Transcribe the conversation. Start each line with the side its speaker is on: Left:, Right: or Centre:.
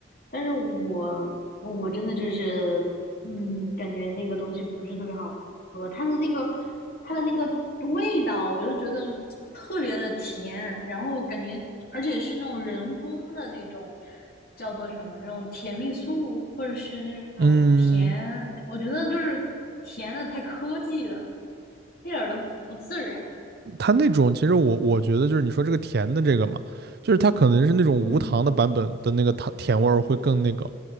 Left: 但是我我真的就是，嗯，感觉那个东西不是特别好喝，它的那个它的那个味道，我就觉得特别的甜，然后感觉而且是那种人工的那种叫做什么那种甜蜜素，或者是那种甜，
Right: 嗯。
Left: 我觉得就是甜的太科技了，一点儿都不自然。
Right: 它那种其实我我觉得就是你说这个甜的这个嘛，就是它可能是那种无糖的版本的那个糖甜味儿会更那个，
Left: 嗯